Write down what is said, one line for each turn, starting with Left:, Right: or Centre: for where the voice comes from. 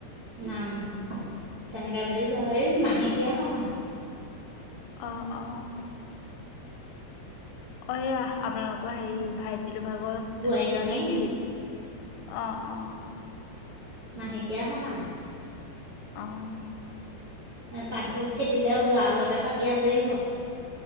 Right: নাম তেনেকাে বুলি এই মাহেকীয়া সকাম।
Left: অ - অ। অ, এয়া আপোনালোকৰ হেৰি ভাইটি। তিটোভাগৰ
Right: বোৱাৰীজনী
Left: হেৰিয় নে কি অ - অ।
Right: মাহেকীয়া সকাম।
Left: অহ ',
Right: পা খেতিলেলৈ ওলোৱা আগতে পাতি আজুৰি হল।